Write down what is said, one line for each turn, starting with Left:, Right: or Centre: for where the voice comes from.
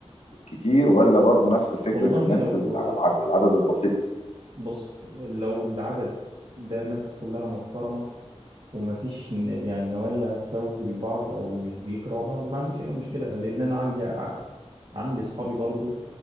Left: كتير ولا برضو نفس فكره
Right: والله
Left: الناس
Right: لو
Left: الع-
Right: آه،
Left: العدد البسيط؟
Right: بص لو العدد ده ناس كلها محترمة ومفيش ن- يعني نوايا سوء لبعض او مش بيكرهوا بعض ما عنديش اي مشكلة لان انا عندي ع- عندي اصحابي برضو